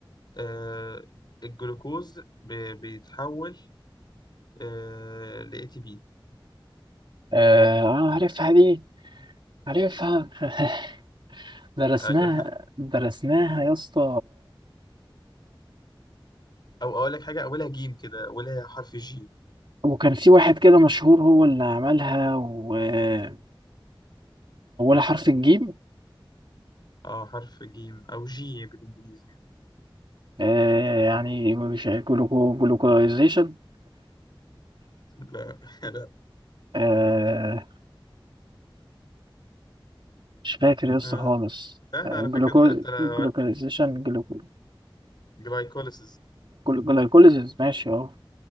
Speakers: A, on the left; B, on the right.
A: آه الجلوكوز ب- بيتحول آه ل اي تي بي
B: آه آه، عارفها دي عارفها <laughs> درسناها
A: ايوه
B: درسناها يا اسطى
A: <laughs> او اقول لك حاجة اولها جيم كده اولها حرف جي
B: وكان في واحد كده مشهور هو اللي عملها وأولها حرف الجيم
A: اه حرف جيم او جي بالانجليزي يعني.
B: آه، يعني مش جلوكو جلوكوزيشن
A: <laughs> لا لا
B: آه، مش فاكر يا اسطى
A: آه.
B: خالص
A: سهل
B: آه،
A: على فكرة
B: جلوكوز
A: انت انت لو
B: جلوكوزيشن
A: عارف
B: جلوكو
A: جلايكوليسيس
B: جلايكوليزيس ماشي اه